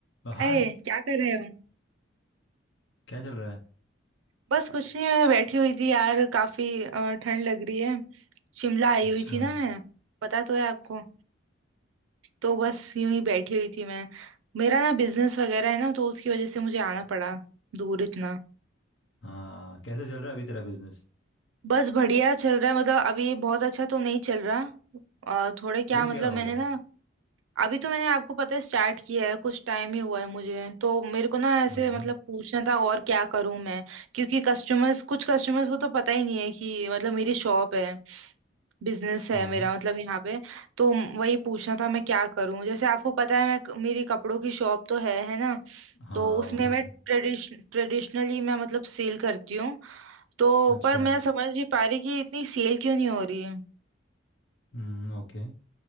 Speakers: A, on the left; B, on the right.
A: अ, हाय
B: अरे क्या कर रहे हो
A: क्या चल रहा है
B: बस कुछ नहीं मैं बैठी हुई थी यार काफी अ, ठंड लग रही है शिमला आई
A: अच्छा
B: हुई थी ना मैं पता तो है आपको तो बस यूं ही बैठी हुई थी मैं मेरा ना बिजनेस वगैरह है ना तो उसकी वजह से मुझे आना पड़ा दूर इतना
A: हाँ कैसे चल रहा है अभी तेरा बिजनेस
B: बस बढ़िया चल रहा है मतलब अभी बहुत अच्छा तो नहीं चल रहा और थोड़े क्या
A: क्यों
B: मतलब
A: क्या हो
B: मैंने
A: गया
B: ना अभी तो मैंने आपको पता है स्टार्ट किया है कुछ टाइम ही हुआ है मुझे तो मेरे को ना ऐसे
A: हाँ
B: मतलब पूछना था और क्या करूं मैं क्योंकि कस्टमर्स कुछ कस्टमर्स को तो पता ही नहीं है कि मतलब मेरी शॉप है बिजनेस है
A: हाँ
B: मेरा मतलब यहाँ पे तो वही पूछना था मैं क्या करूं जैसे आपको पता है मैं मेरी कपड़ों की शॉप तो है है ना
A: हाँ
B: तो उसमें
A: वो तो
B: मैं
A: है
B: ट्रेडिश ट्रेडिशनली मैं मतलब सेल करती हूँ तो
A: अच्छा
B: पर मैं समझ नहीं पा रही कि इतनी सेल क्यों नहीं हो रही है
A: हम्म ओके